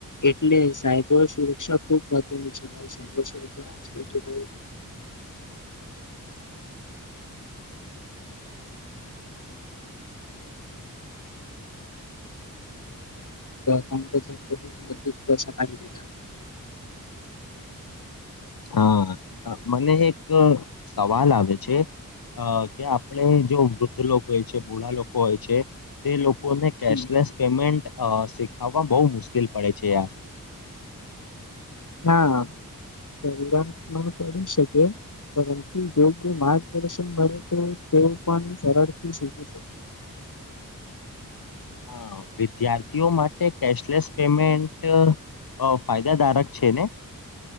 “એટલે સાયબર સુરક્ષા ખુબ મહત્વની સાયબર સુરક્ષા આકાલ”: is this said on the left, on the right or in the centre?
Left